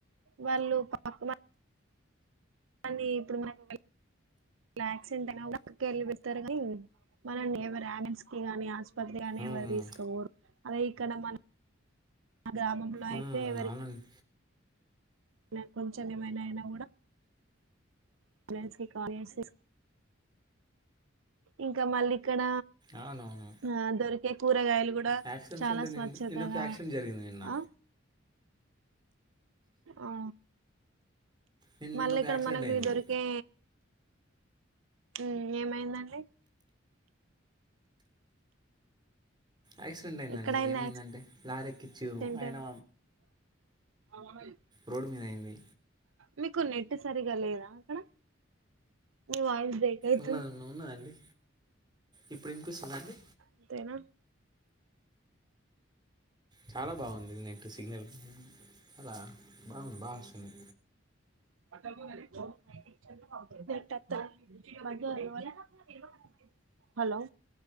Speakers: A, on the right; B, on the right.
A: వాళ్ళు పాప మ్ అనీ ఇప్పుడు మాల్ ఇలా యాక్సెంట్ అయినా కూడా కెళ్ళిపెడతారు కానీ మనల్ని ఎవరు యమెన్సీకిగాని ఆస్పత్రికిగాని నన్ను
B: ఉమ్,
A: ఎవరు తీసుకవోరు అలా ఇక్కడ మన మ గ్రామంలో
B: ఉమ్,
A: అయితే ఎవరి
B: అవునండి
A: న్య కొంచెం ఏమైనా అయినా కూడా అంబులెన్స్ కి కాల్ చేసి ఇంకా మళ్ళీ ఇక్కడ
B: అవునవును
A: ఆ దొరికే కూరగాయలు కూడా
B: యాక్సిడెంట్స్
A: చాలా
B: అంటే
A: స్వచ్ఛతగా
B: నేన్ నిన్నొక యాక్సిడెంట్ జరిగింది నిన్న
A: ఆ ఆ
B: నిన్న
A: మళ్ళీ
B: నిన్న ఒక
A: ఇక్కడ
B: యాక్సిడెంట్
A: మనకి
B: అయింది
A: దొరికే మ్ ఏమైందండి
B: యాక్సిడెంట్ అయిందండి
A: ఎక్కడైంది
B: ఏమైందంటే లారెక్కి చీరు
A: యాక్సిడెంట్
B: అయినా
A: <inaudible>
B: రోడ్ మీద అయింది
A: మీకు నెట్ సరిగా లేదా అక్కడ మీ వాయిస్ బ్రేక్ అయితుంది
B: ఉన్నది ఉన్న- ఉన్నదండి ఇప్పుడు వినిపిస్తుందా అండి
A: అంతేనా
B: చాలా బాగుంది నెట్ సిగ్నల్ అలా బాగుంది బాస్తుంది
A: <unintelligible> హలో